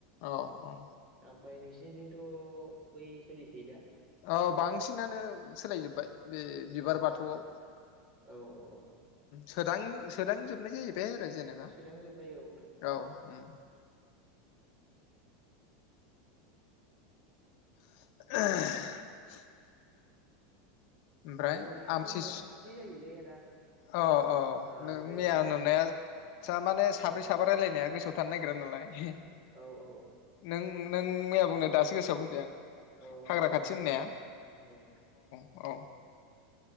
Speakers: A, on the left (about 60°); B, on the right (about 35°).
A: औ औ।
B: ओमफ्राय नोंसोरनिजोंथ' बै सोलिसै दा?
A: अ बांसिनानो सोलायजोबबाय बे बिबार
B: औ
A: बाथौआव ओ
B: औ औ औ औ
A: सोदां- सोदांजोबनाय जायो। बे आरो जेनेबा
B: सोदां जोब्बाय औ
A: औ ओम। <unintelligible> ओमफ्राय
B: जोंना एसे
A: आमथि
B: हाग्रा खाथि जायोलै <unintelligible> <unintelligible>
A: अ अ
B: ओ
A: नों
B: बे
A: मैया नुनाया जा माने साब्रै
B: औ
A: साबा रायलायनाया गोसोआव थानो नागिरा नालाय <unintelligible>
B: औ औ
A: नों नों मैया बुंनो दासो गोसोआव फैबाय आं।
B: औ आं
A: हाग्रा
B: बुंहरदोंमोन
A: खाथि होननाया
B: नोंनो खिन्थाखादोंमोन औ।
A: औ।